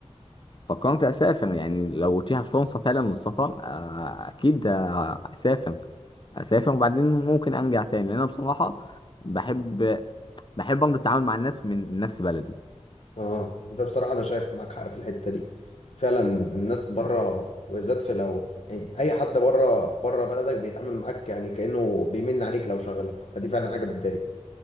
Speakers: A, on the left; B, on the left.
A: فكرت اسافر يعني لو اتيحت فرصه فعلا للسفر آه، اكيد آه، اسافر اسافر وبعدين ممكن ارجع تاني لان انا بصراحه بحب بحب برضه التعامل مع الناس من من نفس بلدي
B: اه ده بصراحه انا شايف معاك حق في الحته دي فعلا الناس بره وبالذات في لو يعني اي حد بره بره بلدك بيتعامل معاك يعني كانه بيمن عليك لو شغلك فدي فعلا حاجه بتضايق